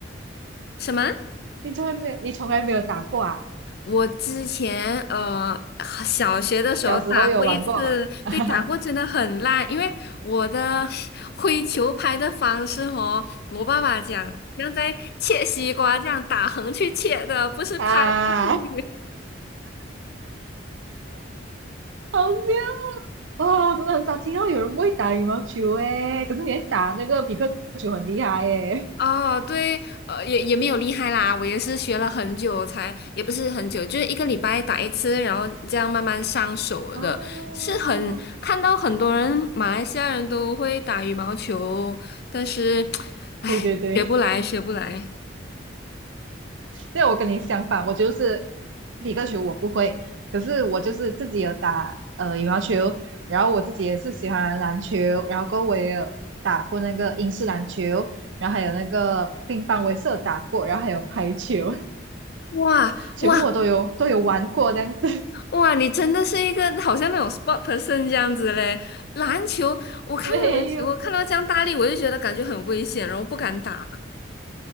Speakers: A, on the left; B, on the right.
A: 什么？
B: 你从来没有，你从来没有打过啊？
A: 我之前呃小学的时候打过一次，
B: 小时候有玩过，<laughs>
A: 对，打过真的很烂，因为我的 <laughs> 挥球拍的方式哦，我爸爸讲，好像在切西瓜这样打横去切的，不是拍过去。
B: 啊，好好笑哇！我真的很少听到有人不会打羽毛球诶，可是你会打那个匹克球很厉害诶。
A: 啊，对，呃，也也没有厉害啦，我也是学了很久才，也不是很久，就是一个礼拜打一次，然后这样慢慢上手的，
B: 哦，
A: 是很看到很多人马来西亚人都会打羽毛球，但是，<tsk> 唉，
B: 对对对，
A: 学不来，学不来。
B: 对我跟你相反，我就是皮克球我不会，可是我就是自己有打呃羽毛球，然后我自己也是喜欢篮球，然后过后我也有打过那个英式篮球，然后还有那个乒乓，我也是有打过，然后还有排球，
A: 哇哇
B: <laughs> 全部我都有都有玩过这样子。<laughs>
A: 哇！你真的是一个好像那种 sport person 这样子嘞。篮球，我看到篮球，
B: 没有，
A: 我看到这样大力，我就觉得感觉很危险，然后不敢打。